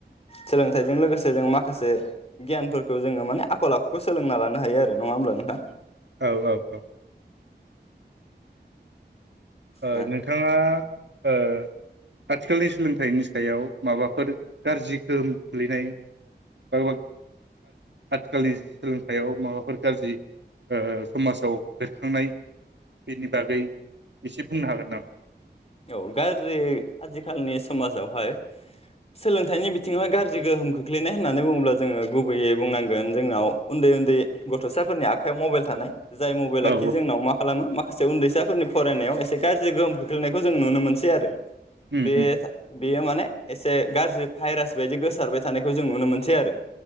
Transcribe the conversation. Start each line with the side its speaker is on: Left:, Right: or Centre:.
Left: सोलोंथाइजों लोगोसे जों माखासे। गियानफोरखौ जोङो माने आखल आखुखौ सोलोंना लानो हायो आरो नङा होमब्ला नोंथां।
Right: औ औ औ। ओ
Left: दा
Right: नोंथाङा आथिखालनि सोलोंथाइनि सायाव माबाफोर गाज्रि गोहोम गोगलैनाय बा आथिखालनि सोलोंथाइयाव माबाफोर गाज्रि समाजाव बेरखांनाय बेनि बागै एसे बुंनो हागोन नामा?
Left: औ गाज्रि आजि खालिनि समाजावहाय सोलोंथाइनि बिथिङावहाय गाज्रि गोहोम खोख्लैनाय होननानै बुङोब्ला जोङो गुबैयै बुंनांगोन जोंनाव उन्दै उन्दै गथसाफोरनि आखाइयाव मबाइल थानाय जाय मबाइलाखि
Right: औ
Left: जोंनाव मा खालामो मा उन्दैसाफोरनि फरायनायाव एसे गाज्रि गोहोम खोख्लैनाय। बेखौ जों नुनो मोनसै आरो।
Right: उम
Left: बेयो
Right: उम
Left: बेयो माने। एसे गाज्रि भाइरास बायदि गोसारबाय थानायखौ जों नुनो मोनसै आरो।